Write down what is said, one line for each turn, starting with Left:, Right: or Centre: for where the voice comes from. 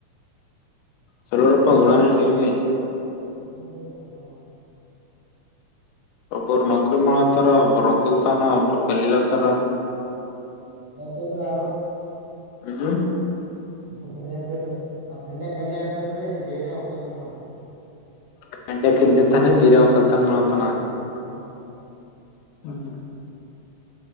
Left: ಸ್ವಲ್ಪ ಓಡಾಡ್ದಂಗೆ. <unintelligible>
Right: <inaudible> ಎಲ್ಲ ಮಾ
Left: ಒಬ್ಬರು ನೌಕರಿ ಮಾಡತಾರ ಒಬ್ಬರು ಹೊಕ್ಕಲ್ತಾನ ಒಬ್ಬ್ರ ಕಲೀಲತ್ತಾರ.
Right: ಎತ್ತನ್ ಯಾರು.
Left: ಹ್ಮ್.
Right: ನಾ ಕಲ್ಯ ಆತಲ್ರರಿ ಆ ಖಂಡ್ಯ ಕಲ್ಯ ಆತನ್ರರಿ ಬೇರೆ ಹೊಕ್ಕಲ್ತನ್ ಮಾಡ್ತಾನ.
Left: ಗಂಡ ಕತಾನೆ ಬೀರೆ ಹೊಕಲ್ತಾನೆ ಮಾಡತಾನ.
Right: ಹಾ.
Left: ಹ್ಮ್.